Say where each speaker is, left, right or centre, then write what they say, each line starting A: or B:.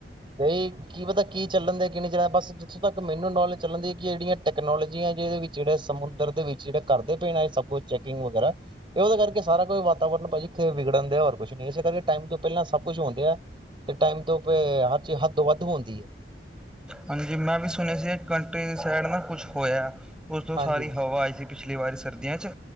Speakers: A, on the right; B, in the centre.
A: ਗਈ ਕੀ ਪਤਾ ਕੀ ਚੱਲਣ ਦੇ ਕਿ ਚੱਲ ਬਸ ਜਿੱਥੋਂ ਤੱਕ ਮੈਨੂੰ ਨੌਲੇਜ- ਚੱਲਣ ਦੀ ਕਿ ਜਿਹੜੀਆਂ ਟੈਕਨੋਲੋਜੀਆਂ ਵਿਚ ਜਿਹੜਾ ਸਮੁੰਦਰ ਦੇ ਵਿਚ ਜਿਹੜੇ ਕਰਦੇ ਪਏ ਸਭ ਕੁਛ ਚੈਕਿੰਗ ਵਗੈਰਾ- ਇਹ ਉਹਦੇ ਕਰਕੇ ਸਾਰਾ ਕੋਈ ਵਾਤਾਵਰਨ ਭਾਜੀ ਵਿਗੜਨ ਦਾ ਹੋਰ ਕੁਛ ਨੀ ਇਸ ਕਰਕੇ ਟਾਈਮ ਤੋ ਪਹਿਲਾ ਸਭ ਕੁਛ ਹੁਣ ਦੀਆ ਤੇ ਟਾਈਮ ਤੋਂ ਫਿਰ ਹਰ ਚੀਜ ਹੱਦ ਤੋ ਵਧ ਹੁੰਦੀ ਹੈ।
B: ਹਾਂਜੀ ਜੀ ਮੈ ਵੀ ਸੁਣਿਆ ਸੀ ਇਹ ਕੰਟਰੀ ਦੀ ਸਾਈਡ ਨਾ ਕੁਛ ਹੋਇਆ ਉਸ ਤੋ ਸਾਰੀ
A: ਹਾਂਜੀ
B: ਹਵਾ ਆਈ ਸੀ। ਪਿਛਲੀ ਵਾਰੀ ਸਰਦੀਆਂ 'ਚ